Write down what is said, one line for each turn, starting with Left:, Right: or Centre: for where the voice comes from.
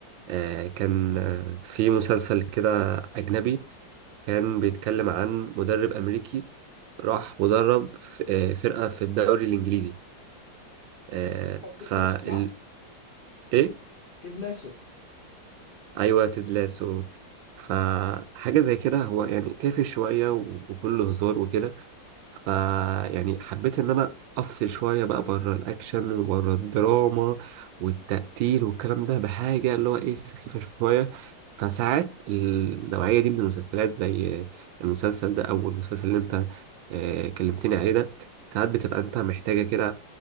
Right: آه، كان آه، في مسلسل كده أجنبي كان بيتكلم عن مدرب أمريكي راح ودرب ف- آه، فرقة في الدوري الإنجليزي آه، فال
Left: تدلسه صح
Right: إيه؟
Left: تدلسه
Right: أيوة تيد لاسو فحاجة زي كده هو يعني تافه شوية و- وكله هزار وكده ف يعني حبيت ان انا افصل شويه بقى بره الاكشن وبره الدراما والتقتيل والكلام ده بحاجه اللي هو ايه سخيفه شويه فساعات النوعيه دي من المسلسلات زي المسلسل ده او المسلسل اللي انت آه، كلمتني عليه ده ساعات بتبقى انت محتاجه كده